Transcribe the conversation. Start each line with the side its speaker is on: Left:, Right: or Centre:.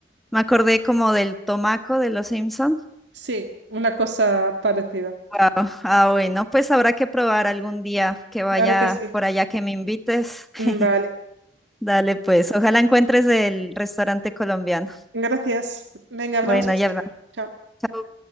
Centre: Me acordé como del tomaco de los Simpson.
Right: sí, una cosa parecida.
Centre: Wow, ah, bueno, pues habrá que probar algún día que vaya
Right: Claro que sí.
Centre: por allá que me invites. <laughs>
Right: Vale.
Centre: Dale, pues, ojalá encuentres el restaurante colombiano.
Right: Venga, Gracias. Venga, hablamos
Centre: Bueno,
Right: más
Centre: ya
Right: tarde.
Centre: hablamos.
Right: Chao.
Centre: Chao.